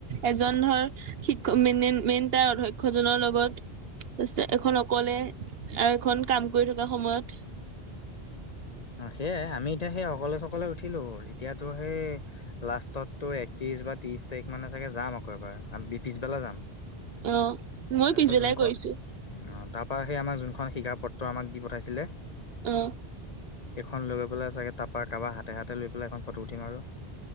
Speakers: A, on the right; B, on the left.
A: এজন ধৰ শিক্ষক মেইন তাৰ অধ্যক্ষজনৰ লগত। তাৰপিছত এখন অকলে আৰু এখন কাম কৰি থকা সময়ত।
B: অ সেয়াই আমি এতিয়া সেই অকলে চকলে উঠিলো এতিয়াতো সেই। লাষ্টত তোৰ একত্ৰিশ বা ত্ৰিশ তাৰিখ মানে চাগে যাম আকৌ এবাৰ পিছবেলা যাম।
A: অ মই
B: তাৰপিছত
A: পিছবেলাই
B: যোনখন
A: কৰিছোঁ।
B: অ তাৰ পৰা সেই আমাক যোনখন শিকা পত্ৰ আমাক দি পঠাইছিলে।
A: অ
B: সেইখন লৈ পেলাই চাগে তাৰপৰা কাবাৰ হাতে, হাতে লৈ পেলাই এখন ফটো উঠিম আৰু।